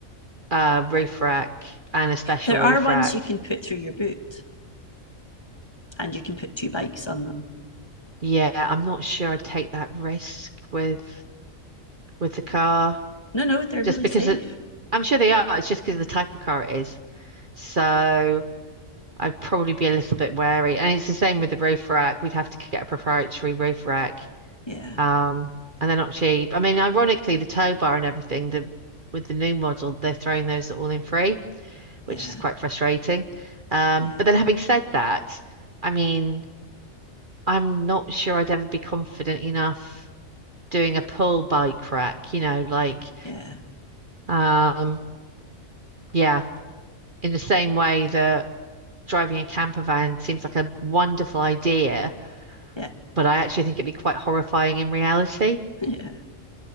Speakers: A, on the right; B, on the left.
A: a roof rack and a special
B: There
A: roof
B: are ones
A: rack.
B: you can put through your boot and you can put two bikes on them.
A: Yeah, I'm not sure I'd take that risk with with the car
B: No, no, they're really
A: just because
B: safe.
A: it, I'm sure they are. It's just because of the type of car it is. So I'd probably be a little bit wary. And it's the same with the roof rack. We'd have to get a proprietary roof rack
B: Yeah.
A: Um, and they're not cheap. I mean, ironically, the tow bar and everything, the with the new model, they're throwing those all in free, which
B: Yeah.
A: is quite frustrating. Um,
B: Yeah.
A: but then having said that, I mean, I'm not sure I'd ever be confident enough doing a pull bike rack, you know, like
B: Yeah.
A: um, yeah, in the same way that driving a camper van seems like a wonderful idea,
B: Yeah.
A: but I actually think it'd be quite horrifying in reality.
B: Yeah,